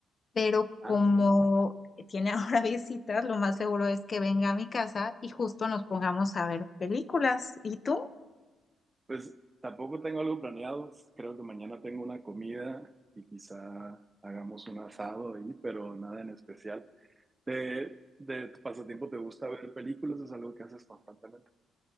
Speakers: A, on the left; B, on the right.
A: pero como
B: Ah, muy bien.
A: tiene <laughs> ahora visitas, lo más seguro es que venga a mi casa y justo nos pongamos a ver películas. ¿Y tú?
B: Pues tampoco tengo algo planeado. Creo que mañana tengo una comida y quizá hagamos un asado ahí, pero nada en especial. ¿De, de tu pasatiempo te gusta ver películas? ¿Es algo que haces constantemente?